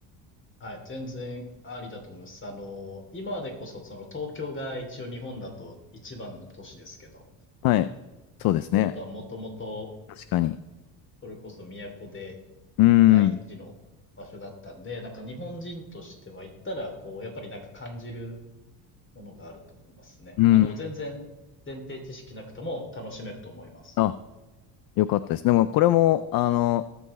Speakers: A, on the left (about 25°); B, on the left (about 55°).
A: はい。全然ありだと思います。あの、今でこそ、その東京が一応日本だと一番の都市ですけど、
B: はい、そうですね。
A: 京都はもともと、
B: 確かに。
A: それこそ都で
B: うーん。
A: 第一の場所だったんで、なんか日本人としては行ったら、こう、やっぱりなんか感じるものがあると思いますね。
B: うん。
A: あの、全然前提知識なくても楽しめると思います。
B: あ、よかったです。でも、これも、あの、